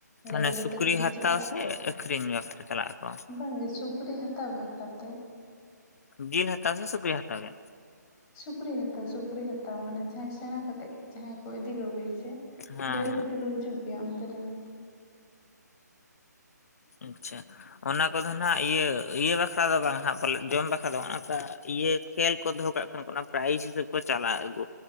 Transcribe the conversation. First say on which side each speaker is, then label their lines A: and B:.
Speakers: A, on the left; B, on the left.
A: ᱜᱟᱹᱲᱤ
B: ᱢᱟᱱᱮ
A: ᱠᱚᱛᱮ
B: ᱥᱩᱠᱨᱤ
A: ᱠᱚ ᱦᱤᱡᱩᱜᱼᱟ
B: ᱦᱟᱛᱟᱣ ᱥᱮ ᱟᱹᱠᱷᱨᱤᱧ ᱵᱟᱠᱷᱨᱟ ᱪᱟᱞᱟᱜ ᱟᱠᱚ
A: ᱵᱟᱝᱜᱮ ᱥᱩᱠᱨᱤ ᱦᱟᱛ ᱦᱟᱛᱟᱣ ᱵᱷᱟᱠᱷᱨᱟᱛᱮ
B: ᱵᱤᱱ ᱦᱟᱛᱟᱣ ᱥᱮ ᱥᱩᱠᱨᱤ ᱦᱟᱛᱟᱣ ᱜᱮ
A: ᱥᱩᱠᱨᱤ ᱦᱟᱛᱟᱣ ᱥᱩᱠᱨᱤ ᱦᱟᱛᱟᱣ ᱢᱟᱱᱮ ᱡᱟᱦᱟᱸᱭ ᱥᱮᱸᱬᱟ ᱠᱟᱛᱮᱫ ᱡᱟᱦᱟᱸᱭ ᱠᱚ ᱤᱫᱤ ᱠᱚᱜᱮᱭᱟ ᱥᱮ
B: ᱦᱮᱸ
A: ᱜᱟᱹᱲᱤ
B: ᱦᱮᱸ
A: ᱠᱚᱛᱮ ᱠᱚ ᱦᱤᱡᱩᱜ ᱜᱮᱭᱟ ᱚᱱᱛᱮ ᱨᱮᱱ
B: ᱟᱪᱪᱷᱟ ᱚᱱᱟ ᱠᱚᱫᱚ ᱦᱟᱸᱜ ᱤᱭᱟᱹ ᱤᱭᱟᱹ ᱵᱟᱠᱷᱨᱟ ᱫᱚ ᱵᱟᱝ ᱦᱟᱸᱜ ᱯᱟᱞᱮ ᱡᱚᱢ ᱵᱟᱠᱷᱨᱟ ᱫᱚ ᱵᱟᱝ ᱚᱱᱠᱟ ᱤᱭᱟᱹ ᱠᱷᱮᱞ ᱠᱚ ᱫᱚᱦᱚ ᱠᱟᱜ ᱠᱷᱟᱱ ᱠᱚ ᱚᱱᱟ ᱯᱨᱟᱭᱤᱡᱽ ᱦᱤᱥᱟᱹᱵ ᱠᱚ ᱪᱟᱞᱟᱜ ᱟᱹᱜᱩ